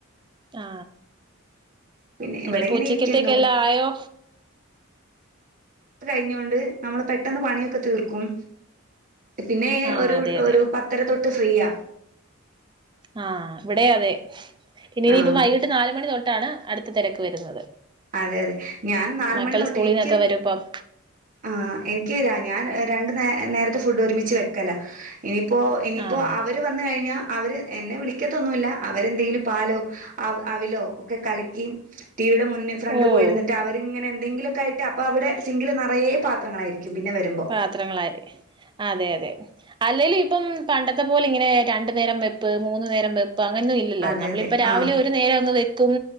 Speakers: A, on the right; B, on the right.
A: ആ
B: പിന്നെ ഇവിടെ
A: ഇനിപ്പോ
B: ഇങ്ങനെ
A: ഉച്ചക്കത്തേക്
B: ഇരിക്കായിരുന്നു
A: എല്ലാം ആയോ
B: കഴിഞ്ഞോണ്ട് നമ്മള് പെട്ടന്ന് പണിയൊക്കെ തീർക്കും പിന്നെ
A: ആഹ്
B: ഒരു
A: അതെ അതെ
B: ഒരു പത്തര തൊട്ട് ഫ്രീയാ
A: ആഹ് ഇവിടെ അതെ പിന്നെ ഇനിയിപ്പം
B: ആഹ്
A: വൈകിട്ട് നാലുമണി തൊട്ടാണ് അടുത്ത തെരക്ക് വരുന്നത്
B: അതെ അതെ ഞാൻ നാല്
A: മക്കള്
B: മണി തൊട്ട്
A: സ്കൂളിന്നൊക്കെ
B: എനിക്ക്
A: വരുമ്പം
B: ആ എനികരാ ഞാൻ രണ്ട് നേ നേരത്തെ ഫുഡ് ഒരുമിച്ച് വെക്കല ഇനിയിപ്പോ ഇനിയിപ്പോ
A: ആഹ്
B: അവര് വന്ന് കഴിഞ്ഞാ അവര് എന്നെ വിളിക്ക കഴിക്കത്തൊന്നുമില്ല അവരെന്തെങ്കിലും പാലോ അവ അവിലോ ഒക്കെ കലിക്കി ടിവിയുടെ മുന്നേ ഫ്രണ്ട്
A: ഓഹ്
B: പോയിരിന്ന്‌ട്ട് അവരിങ്ങനെ എന്ത ന്തെകിലൊക്കെ ആയിട്ട് അപ്പൊ അവടെ സിങ്കില് ന കൊറേ പാത്രങ്ങളായിരിക്കും പിന്നെ വരുമ്പോ
A: പാത്രങ്ങളര് അതെ അതെ അല്ലേലും ഇപ്പം പണ്ടത്തെ പോലെ ഇങ്ങനെ രണ്ടു നേരം വെപ്പ് മൂന്ന്‌ നേരം വെപ്പ് ഇപ്പോ അങ്ങനൊന്നും ഇല്ലല്ലോ
B: അതെ
A: നമ്മളിപ്പോൾ
B: അതെ
A: രാവിലെ
B: ആഹ്
A: ഒരു നേരം അങ്ങ് വെ തും